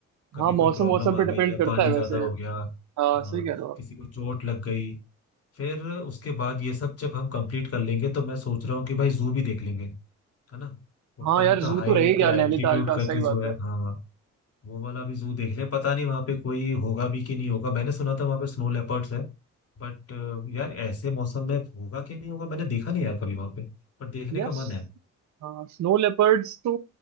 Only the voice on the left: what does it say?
कभी
कोई प्रॉब्लम
आ
गई या
पानी
ज्यादा हो गया
हाँ
किसी को चोट लग गई फिर उसके बाद ये सब जब हम कंप्लीट कर लेंगे तो मैं सोच रहा हूँ कि भाई जू भी देख लेंगे है ना ऊपर
तो
हाइट
एल्टीट्यूड
करके
जो है
हाँ हाँ, वो वाला भी जू देख ले पता नहीं वहाँ पे कोई होगा भी कि नहीं होगा मैंने सुना था वहाँ पे स्नो लेपर्ड्स है बट यार ऐसे मौसम में होगा कि नहीं होगा मैंने देखा नहीं यार कभी वहाँ पे पर देखने
का मन है